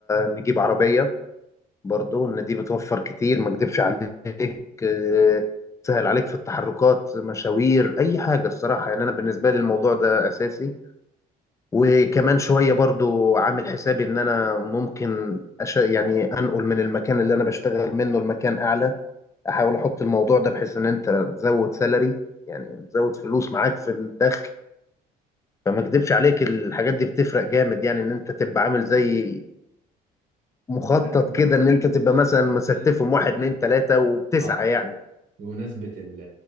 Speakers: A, on the left (about 20°); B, on the right (about 50°).
A: نجيب عربيه برضو ان دي بتوفر كتير ما اكدبش عليك آه، تسهل عليك في التحركات مشاوير اي حاجه الصراحه يعني انا بالنسبه لي الموضوع ده اساسي وكمان شوية برضو عامل حسابي ان انا ممكن أش... يعني انقل من المكان اللي انا بشتغل منه لمكان اعلى احاول احط الموضوع ده بحيث ان انت تزود سالري يعني تزود فلوس معاك في الدخل فما اكدبش عليك الحاجات دي بتفرق جامد يعني ان انت تبقى عامل زي مخطط
B: بمناسبة
A: كده ان انت تبقى مثلا
B: بمناسبة
A: مستفهم واحد اتنين تلاتة وبتسعى
B: اه
A: يعني
B: بمناسبة ال-